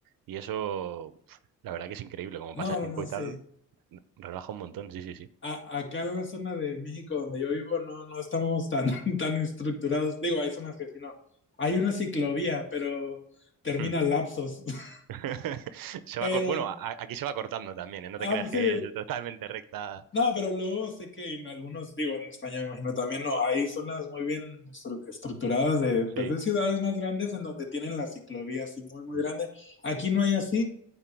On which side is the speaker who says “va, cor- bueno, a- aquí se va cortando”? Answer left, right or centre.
Right